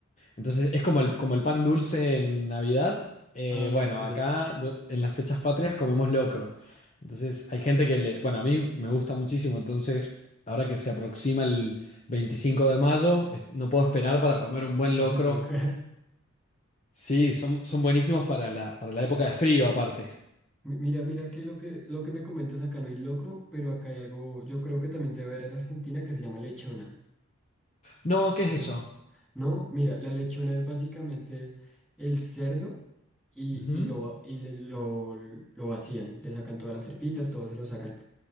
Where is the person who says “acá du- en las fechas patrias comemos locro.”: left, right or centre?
Left